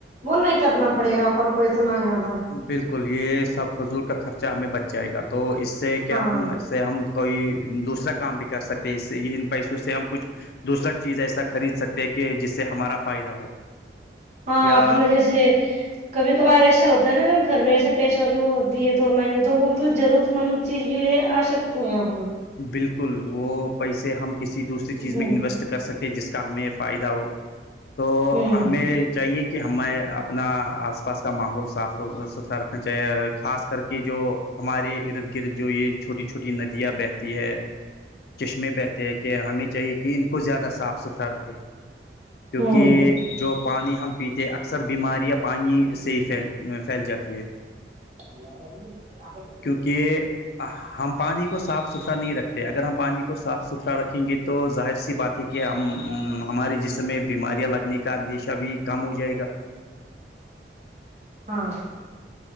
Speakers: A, on the right; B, on the left.
A: وہ نہیں کرنا پڑے گا اپن کو اتنا زیادہ
B: بالکل یہ سب فضول کا خرچہ ہمیں بچ جائے گا تو اس سے کیا
A: ہاں
B: ہم اس اسے ہم کوئی دوسرا کام بھی کر سکتے ہیں اس سے ان پیسوں سے ہم کچھ دوسرا چیز ایسا خرید سکتے ہیں کہ جس سے ہمارا فائدہ ہو
A: ہاں
B: یا
A: اپنا جیسے کبھی کبھار ایسا ہوتا ہے نا جو گھر میں ایسے پیس اا کہ وہ دیے تو نہیں ہے تو وہ ضرورت مند چیز کے لیے آ سکتے ہیں اپن
B: بالکل وہ پیسے ہم کسی دوسری چیز
A: ہوں
B: میں انویسٹ کر سکتے جس کا ہمیں فائدہ ہو تو
A: ہوں
B: ہمیں چاہیے کہ کہ ہمیں اپنا آس پاس کا ماحول صاف ستھرا رکھنا چاہیے خاص کر کے جو ہمارے ارد گرد جو یہ چھوٹی چھوٹی ندیاں بہت ہے چشمے بہتے ہیں کہ ہمیں چاہیے کہ ان کو زیادہ صاف ستھرا رکھے کیونکہ
A: ہوں
B: جو پانی ہم پیتے اکثر بیماریاں پانی سے ہی پھیل پھیل جاتی ہے
A: اللہ رگ <unintelligible>
B: کیونکہ ہم پانی کو صاف ستھرا ایسا نہیں رکھتے اگر ہم پانی کو صاف ستھرا رکھیں گے تو ظاہر سی بات ہے کہ ہم ہمارے جسم میں بیماریاں لگنے کا اندیشہ بھی کم ہو جائے گا
A: ہاں